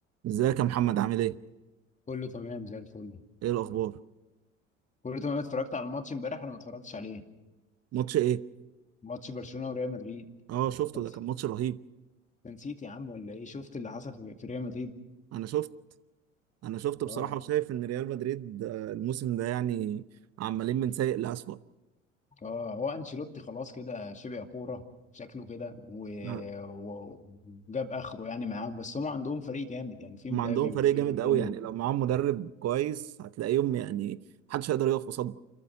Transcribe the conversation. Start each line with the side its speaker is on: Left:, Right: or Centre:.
Right: ازيك يا محمد عامل ايه؟
Left: كله تمام زي الفل
Right: ايه الاخبار؟
Left: كله تمام اتفرجت على الماتش امبارح ولا ما اتفرجتش عليه
Right: ماتش ايه؟
Left: ماتش برشلونة وريال مدريد
Right: اه شفته
Left: تنسي
Right: ده كان ماتش رهيب
Left: تنسيت يا عم ولا ايه شفت اللي حصل في في ريال مدريد
Right: انا شفت انا شفت بصراحة
Left: اه
Right: وشايف ان ريال مدريد آه، الموسم ده يعني عمالين من سيء لأسوأ
Left: اه هو انشيلوتي خلاص كده شبع كورة شكله كده و...
Right: آه،
Left: و- وجاب اخره يعني معاهم بس هم عندهم فريق جامد يعني في مبابي
Right: هم عندهم فريق
Left: وفي
Right: جامد
Left: ديم
Right: قوي يعني لو معاهم مدرب كويس هتلاقيهم يعني محدش هيقدر يقف قصادهم